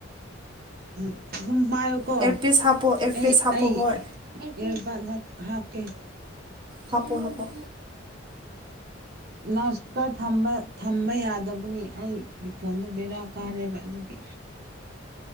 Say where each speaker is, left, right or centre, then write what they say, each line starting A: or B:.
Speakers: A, on the right; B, on the right.
A: ꯎꯝ ꯎ ꯎꯝ ꯄꯥꯏꯌꯨꯀꯣ
B: ꯑꯦꯌꯔꯄꯤꯁ ꯍꯥꯞꯄꯣ ꯑꯦꯌꯔꯄꯤꯁ
A: ꯑꯩ
B: ꯍꯥꯞꯄꯣ
A: ꯑꯩ
B: ꯍꯣꯏ
A: ꯏ ꯏꯌꯔ ꯄꯥꯠ ꯍꯥꯞ ꯍꯥꯞꯀꯦ
B: ꯍꯥꯞꯄꯣ
A: ꯑꯦꯕꯨ
B: ꯍꯥꯞꯄꯣ
A: ꯂꯥꯎꯠ ꯏꯁꯄꯤꯀꯔꯝꯕ ꯊꯝꯕ ꯌꯥꯗꯕꯒꯤ ꯑꯩꯒꯤ ꯐꯣꯟꯗꯨ ꯕꯦꯔꯥ ꯀꯥꯔꯦꯕ ꯑꯗꯨꯒꯤ